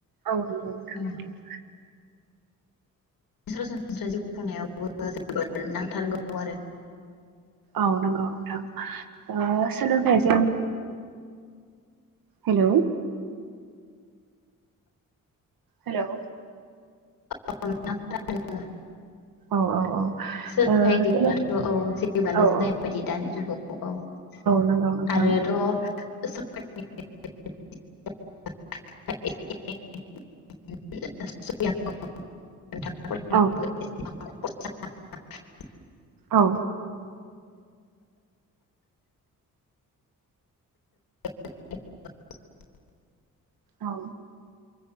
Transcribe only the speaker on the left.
ओ
सरासनस्रायै जिउ खुंनायावबो जोबोर नांथारगौ आरो।
<unintelligible>
सोलोंथाइ
गैयाबाथ'
जेबोयानो
जाया
बादि दानि जुगाव। औ
आरोथ' <unintelligible> <unintelligible> फरायनायावबो
<unintelligible>
<unintelligible>